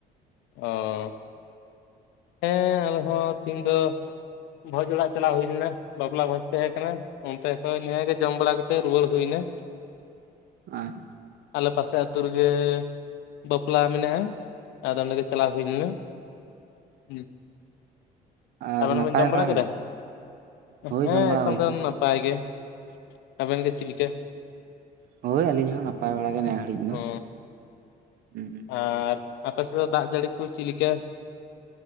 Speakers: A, on the left; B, on the right.
A: ᱚ ᱦᱮᱸ ᱟᱞᱮ ᱦᱚᱸ ᱛᱦᱤᱧ ᱫᱚ ᱵᱷᱚᱡᱽ ᱚᱲᱟᱜ ᱪᱟᱞᱟᱣ ᱦᱩᱭ ᱞᱮᱱᱟ᱾ ᱵᱟᱯᱞᱟ ᱵᱷᱟᱡᱽ ᱛᱟᱦᱮᱸ ᱠᱟᱱᱟ ᱚᱱᱛᱮ ᱠᱷᱚᱱ ᱱᱮᱜ-ᱮ ᱡᱚᱢ ᱵᱟᱲᱟ ᱠᱟᱛᱮ ᱨᱩᱣᱟᱹᱲ ᱦᱩᱭ ᱮᱱᱟ᱾
B: ᱟᱨ
A: ᱟᱞᱮ ᱯᱟᱥᱮ ᱟᱹᱛᱩ ᱨᱮᱜᱮ ᱵᱟᱯᱞᱟ ᱢᱮᱱᱟᱜᱼᱟ ᱟᱫᱚ ᱚᱱᱰᱮᱜᱮ ᱪᱟᱞᱟᱣ ᱦᱩᱭ ᱞᱮᱱᱟ ᱦᱮᱸ᱾
B: ᱟᱨ
A: ᱟᱵᱮᱱ
B: ᱱᱟᱯᱟᱭ
A: ᱵᱮᱱ ᱡᱚᱢ ᱵᱟᱲᱟ ᱠᱮᱫᱟ
B: ᱜᱮ ᱦᱳᱭ
A: ᱦᱮᱸ
B: ᱡᱚᱢ ᱵᱟᱲᱟ
A: ᱮᱠᱷᱚᱱ
B: ᱦᱩᱭ
A: ᱫᱚ ᱱᱟᱯᱟᱭ ᱜᱮ᱾ ᱟᱵᱮᱱ ᱜᱮ ᱪᱮᱫ ᱞᱮᱠᱟ
B: ᱦᱩᱸ ᱦᱳᱭ ᱟᱹᱞᱤᱧ ᱦᱚᱸ ᱱᱟᱯᱟᱭ ᱵᱟᱲᱟ ᱜᱮ ᱱᱤ ᱜᱷᱟᱹᱲᱤᱡ ᱫᱚ᱾
A: ᱚ
B: ᱦᱩᱸᱻ
A: ᱟᱨ ᱟᱯᱮ ᱥᱮᱫ ᱫᱚ ᱫᱟᱜ ᱡᱟᱹᱲᱤ ᱠᱚ ᱪᱮᱫ ᱞᱮᱠᱟ?